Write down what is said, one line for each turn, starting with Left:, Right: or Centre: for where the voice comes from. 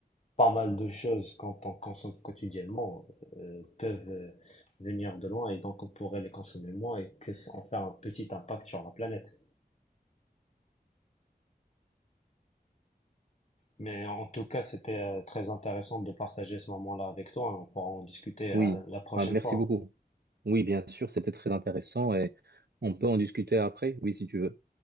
Left: pas mal de choses quand on consomme quotidiennement euh, peuvent euh, venir de loin et donc on pourrait les consommer moins et que ça- en faire un petit impact sur la planète. Mais en tout cas, c'était euh, très intéressant de partager ce moment-là avec toi et on pourra en discuter
Right: Oui.
Left: euh, la prochaine
Right: Ah, merci
Left: fois.
Right: beaucoup. Oui, bien sûr, c'était très intéressant et on peut en discuter après. Oui, si tu veux.